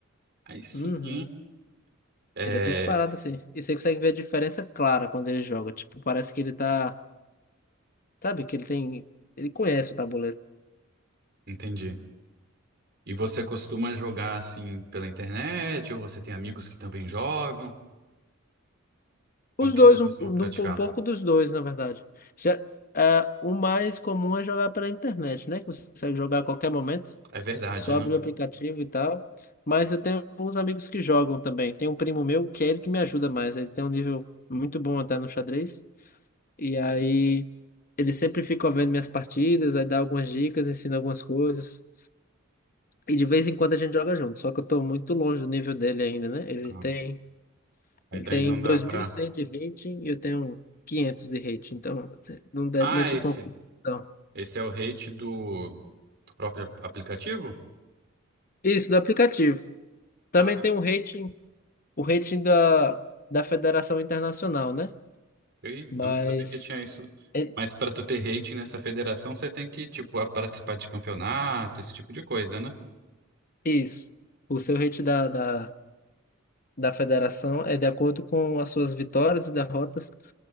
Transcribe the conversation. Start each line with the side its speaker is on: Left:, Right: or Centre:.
Right: aí sim.
Left: Uhum.
Right: É,
Left: Ele é disparado assim. E você consegue ver a diferença clara quando ele joga. Tipo, parece que ele tá, sabe, que ele tem, ele conhece o tabuleiro.
Right: entendi. E você costuma jogar assim pela internet ou você tem amigos que também jogam?
Left: Os
Right: Como que
Left: dois,
Right: tu costuma
Left: um, um,
Right: praticar?
Left: um pouco dos dois, na verdade. Já, ah, o mais comum é jogar pela internet, né? Que você consegue jogar a qualquer momento.
Right: É verdade,
Left: Só
Right: né?
Left: abri o aplicativo e tal. Mas eu tenho uns amigos que jogam também. Tem um primo meu que é ele que me ajuda mais. Ele tem um nível muito bom até no xadrez. E aí ele sempre fica vendo minhas partidas, aí dá algumas dicas, ensina algumas coisas. E de vez em quando a gente joga junto. Só que eu tô muito longe do nível dele ainda, né? Ele
Right: Ah,
Left: tem,
Right: Aí
Left: ele
Right: daí
Left: tem
Right: não
Left: dois
Right: dá pra.
Left: mil e cem de rating e eu tenho 500 de rating. Então não, dá-
Right: Ah,
Left: não é tipo
Right: esse,
Left: uma competição.
Right: esse é o rate do, do próprio aplicativo?
Left: Isso, do aplicativo. Também
Right: Ah,
Left: tem um rating o rating da, da Federação Internacional, né?
Right: eu eu
Left: Mas
Right: não sabia que tinha isso.
Left: é
Right: Mas pra tu ter rate nessa federação, você tem que, tipo, a- participar de campeonato, esse tipo de coisa, né?
Left: isso. O seu rating da, da, da Federação é de acordo com as suas vitórias e derrotas